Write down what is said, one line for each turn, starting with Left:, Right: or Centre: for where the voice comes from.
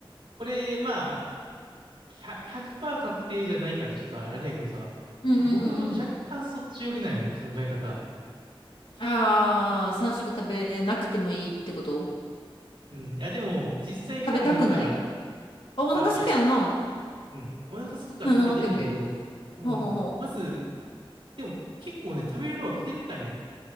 Right: これ、まあ、ひゃ100%確定じゃないからちょっとあれやけどさ、
Left: うんうんうんうん。
Right: 僕も若干そっち寄りなんよね、考え方。
Left: ああ、3食食べなくてもいいってこと
Right: うん。いや、でも、実際腹減るから、
Left: 食べたくないあ、お腹すくやんな。
Right: あ、いや、うん。お腹空くから食べてんねんけど、
Left: うんうん、オッケーオッケー。
Right: でも、
Left: ほうほうほ
Right: まず、でも結構ね、食べる量は減ったんよ。